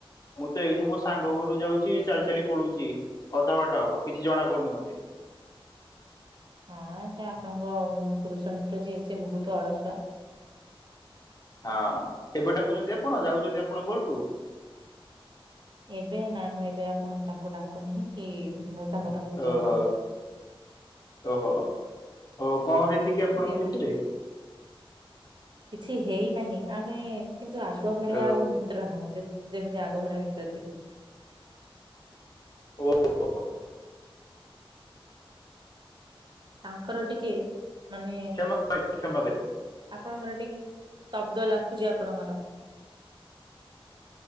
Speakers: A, on the left; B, on the right.
A: ମୁଁ ତ ଏଇଠୁ ମୋ ସାଙ୍ଗ ଘରୁ ଯାଉଛି ଚାଲ୍ ଚାଲି ପଳୌଚି ଅଧା ବାଟ ହବ କିଛି ଜଣା ପଡୁନି ମତେ।
B: ହାଁ ସେ ଆପଣଙ୍କ ପୁରୁଷ ମିତ୍ର ଯିଏ ସେ ବହୁତ ଅଳସୁଆ।
A: ହଁ ଏବେ ଡାକୁଚନ୍ତି ଆପଣ ଯାଉଛନ୍ତି ଆପଣଙ୍କ ଘରକୁ?
B: ଏବେ ନା ମୁଁ ଏବେ ଆପଣ ତାଙ୍କୁ ଡାକୁନାହିଁ କି ମୁଁ କଥାକୁ ଯାାଅ
A: ଓହୋ
B: ନାଇ।
A: ଓହୋ ଓ କଁ ହେଇଛି କି ଆପଣଙ୍କ
B: ଏ-
A: ଭିତରେ?
B: କିଛି ହେଇନାହିଁ ଆମେ କିନ୍ତୁ ଆଗ ଭଳିଆ
A: ଓ
B: ଆଉ ମିତ୍ର ନାହୁଁ ଯେ ଯେମିତି ଆଗ ଭଳିଆ ମିତ୍ର ଥିଲୁ।
A: ଓ <inaudible>
B: ତାଙ୍କର ଟିକେ ମାନେ
A: କ୍ଷମା କରିବେ କ୍ଷମା କରିବେ।
B: ଆପଣଙ୍କର ଟିକେ ଶବ୍ଦ ଲାଖୁଛି ଆପ ଆପଣ ଙ୍କର।